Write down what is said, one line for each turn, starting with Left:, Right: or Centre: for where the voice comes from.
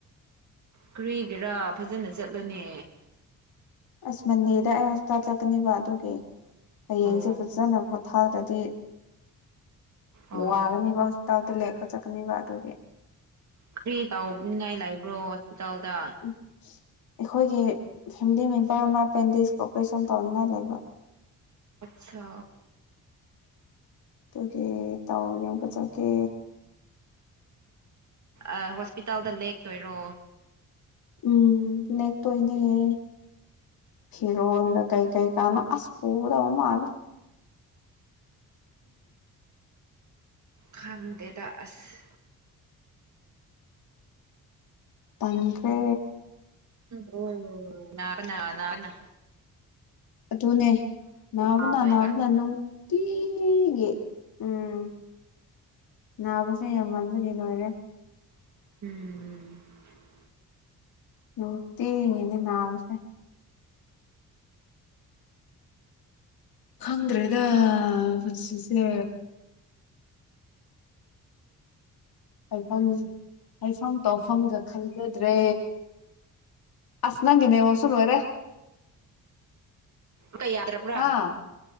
Right: ꯀꯨꯔꯤꯒꯦꯔꯥ ꯐꯖꯅ ꯆꯠꯂꯨꯅꯦ
Left: ꯑꯁꯃꯅꯤꯗ ꯍꯁꯄꯤꯇꯥ ꯇꯛꯅꯤꯕꯗꯧꯒꯦ ꯍꯌꯦꯡꯁꯦ
Right: ꯑꯣ
Left: ꯐꯖꯅ ꯄꯣꯊꯥ꯭ꯔꯗꯤ
Right: ꯑꯣ
Left: ꯋꯥꯒꯅꯤꯕ ꯍꯖꯤꯇꯥꯥꯎꯗ ꯂꯦꯛꯀꯣ ꯆꯠꯀꯅꯤꯕ ꯑꯗꯨꯒꯤ
Right: ꯐ꯭ꯔꯤ ꯇꯥꯎꯅꯤꯉꯥꯏ ꯂꯩꯕ꯭ꯔꯣ ꯍꯣꯁꯄꯤꯇꯥꯜꯗ
Left: ꯎꯝ ꯑꯩꯈꯣꯏꯒꯤ ꯐꯦꯃꯤꯂꯤ ꯃꯦꯝꯕꯔ ꯑꯃ ꯑꯦ ꯄꯦꯟꯗꯤꯁ ꯑꯣꯄꯔꯦꯁꯟ ꯇꯧꯅꯤꯉꯥꯏ ꯂꯩꯕ
Right: ꯑꯆꯥ
Left: ꯇ ꯇꯥꯎ ꯀꯊ ꯀ
Right: ꯎꯝ ꯍꯣꯁꯄꯤꯇꯥꯜꯗ ꯂꯦꯛꯇꯣꯏꯔꯣ
Left: ꯎꯝ ꯅꯦꯛꯛꯇꯣꯏꯅꯦꯍ ꯐꯤꯔꯣꯟꯒ ꯀꯩꯀꯩ ꯀꯅꯣ ꯍꯁꯄꯨꯗ ꯃꯥꯗ
Right: ꯈꯥꯝꯗꯦꯗ ꯑꯁ
Left: ꯇꯪꯈꯦ
Right: ꯍ ꯅꯔꯅꯥ ꯅꯅꯥꯔꯅꯥ
Left: ꯑꯗꯨꯅꯦ ꯅꯥꯕꯅ
Right: ꯐꯥꯗꯣꯏꯕ
Left: ꯅꯥꯕꯅ ꯅꯨꯡꯇꯤ ꯁꯤꯒꯤ ꯎꯝ ꯅꯥꯕꯁꯦ ꯌꯥꯝꯃꯟꯕꯗꯤ ꯂꯣꯏꯔꯦ
Right: ꯍꯝ
Left: ꯅꯨꯅꯨꯡꯇꯤꯅꯦ ꯅꯥꯕꯁꯦ ꯈꯪꯗ꯭ꯔꯦꯗ ꯄꯨꯟꯁꯤꯁꯦ ꯍꯥꯏꯐꯝ ꯍꯥꯏꯐꯝ ꯇꯧꯐꯝꯒ ꯈꯟꯖꯗ꯭ꯔꯦ ꯑꯁ ꯅꯪꯒꯤ ꯅꯦꯠꯋꯥꯛꯁꯦ ꯂꯣꯏꯔꯦ
Right: ꯀ ꯌꯥꯗꯔꯕ꯭ꯔꯥ
Left: ꯍꯥ